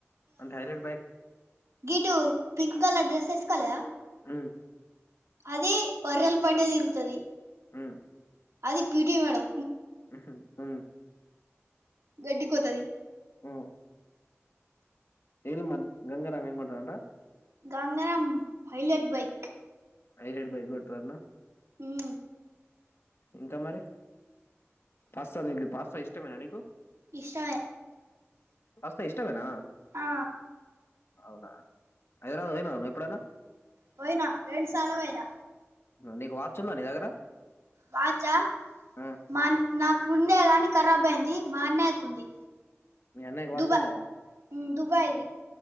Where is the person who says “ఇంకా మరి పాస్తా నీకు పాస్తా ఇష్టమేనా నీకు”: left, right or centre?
Left